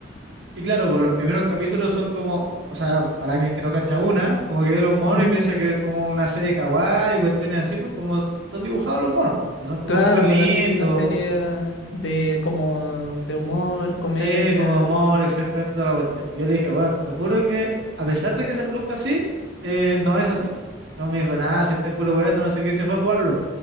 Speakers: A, on the right; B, on the left.
A: Y claro, por los primeros capítulos son como, o sea, para alguien que no cacha una, como que ve los monos
B: Ujú.
A: y piensa que es como una serie de kawaii o cuestiones así, pues como son dibujados los monos, que son como
B: Claro,
A: súper lindos,
B: pues la típica serie de como de humor, comedia.
A: sé como amor, exactamente toda la cuestión. Y yo le dije, bueno, te juro que a pesar de que se luzca así, eh, no es así. No me dijo, nada, si está puro weón, no sé qué, y se fue a jugar LOL.